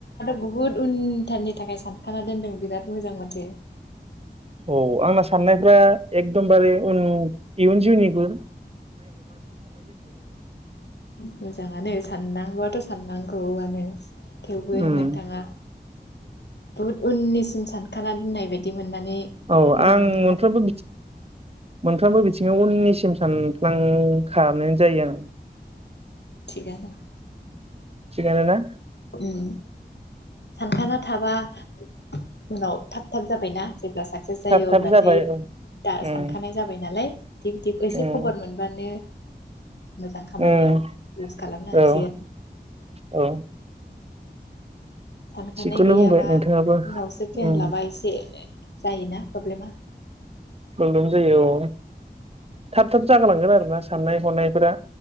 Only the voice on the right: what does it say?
औ आंना साननायफ्रा एक दमबारे उन इयुन जिउनिबो
उम
औ
आं
मोनफ्रोमबो
मोनफ्रोमबो थिङाव उननिसिम सानफ्लांखानाय जायो आं
थिगानो ना
थाब थाब
जाबाय औ
उम
उम
उम
औ
औ
थिगखौनो
बुंबाय नोंथाङाबो
उम
प्रब्लेम जायो औ थाब थाब जागालांगोन आरो ना साननाय हनायफोरा